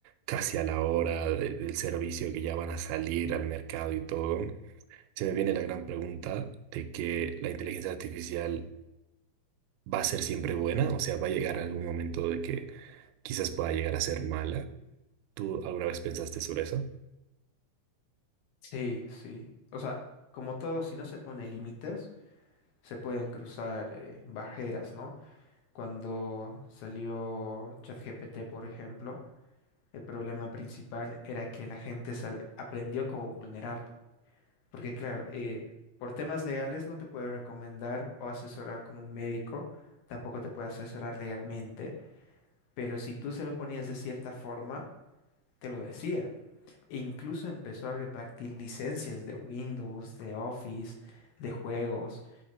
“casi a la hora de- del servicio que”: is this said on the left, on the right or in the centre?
Right